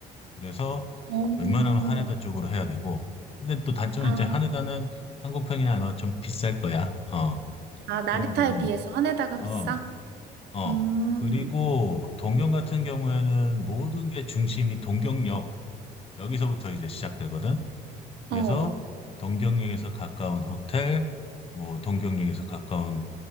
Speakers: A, on the left; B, on the right.
A: 그래서
B: 어.
A: 웬만하면 하네다 쪽으로 해야 되고. 근데 또 단점은
B: 아,
A: 이제 하네다는 항공평이 아마 좀 비쌀 거야. 어,
B: 아, 나리타에
A: 그런 부분이.
B: 비해서 하네다가
A: 어,
B: 비싸?
A: 어.
B: 음.
A: 그리고 동경 같은 경우에는 모든 게 중심이 동경역. 여기서부터 이제 시작되거든. 그래서
B: 어.
A: 동경역에서 가까운 호텔, 뭐 동경역에서 가까운